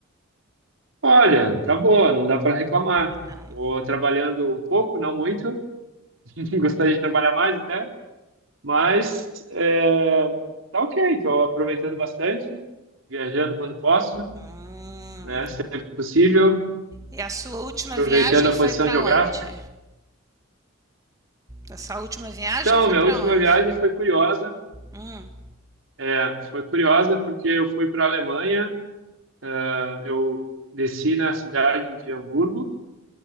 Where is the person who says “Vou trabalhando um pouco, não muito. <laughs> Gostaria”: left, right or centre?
Right